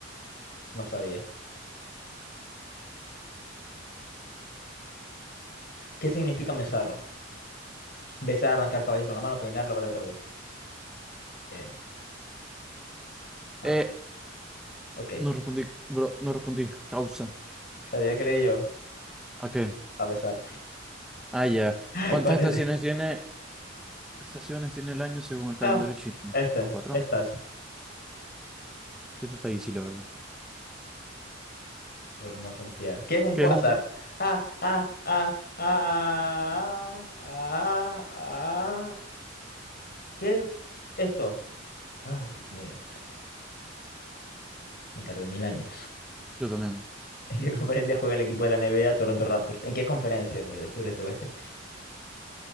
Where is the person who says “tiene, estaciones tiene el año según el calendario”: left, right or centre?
Centre